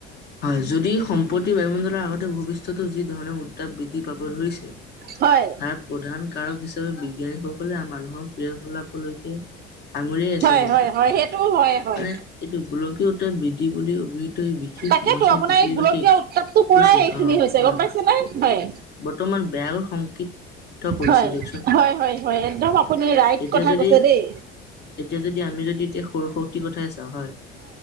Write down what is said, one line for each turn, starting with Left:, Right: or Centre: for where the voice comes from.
Left: হয় যদি সম্পত্তি বায়ুমণ্ডলৰ আগতে ভৱিষ্যতো যি ধৰণৰ উত্তাপ বৃদ্ধি পাব। ধৰিছে
Right: হয়।
Left: তাৰ প্ৰধান কাৰক হিচাপে বিজ্ঞানীসকলে মানুহৰ ক্ৰিয়া কলাপলৈকে আঙুলিয়াই আছে
Right: হয়
Left: কিন্তু
Right: হয় হয় সেইটো হয় হয়।
Left: মানে এইটো গোলকীয়ত উত্তাপ বৃদ্ধি বুলি অভিহিত এই বিশেষ
Right: তাকেতো
Left: সমস্যাই
Right: আপোনাৰ
Left: পৃথিৱীবাসীক
Right: এই গোলকীয় উত্তাপটো পৰাই
Left: বুজিছে
Right: এইখিনি
Left: অ
Right: হৈছে
Left: হয়
Right: গ'ম
Left: হয়
Right: পাইছে নে? হয়।
Left: বৰ্তমান বেয়াকৈ সংকদ্ধ কৰিছে
Right: হয়,
Left: দিয়কচোন
Right: হয়, হয়, হয়, একদম আপুনি ৰাইট
Left: এতিয়া
Right: কথা
Left: যদি
Right: কৈছে
Left: এতিয়া
Right: দেই।
Left: যদি আমি যদি এতিয়া সৌৰ শক্তিৰ কথাই চাওঁ হয়,